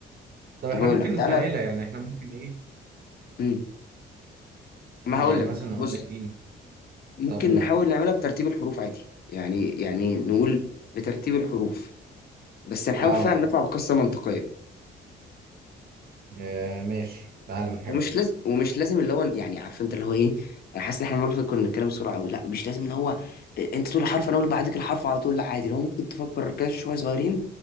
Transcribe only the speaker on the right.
طب
احنا
ممكن
نسهلها
يعني احنا ممكن ايه
يعني
مثلا
اقول لك ايه
طابون
اه
آه، ماشي تعال نحاول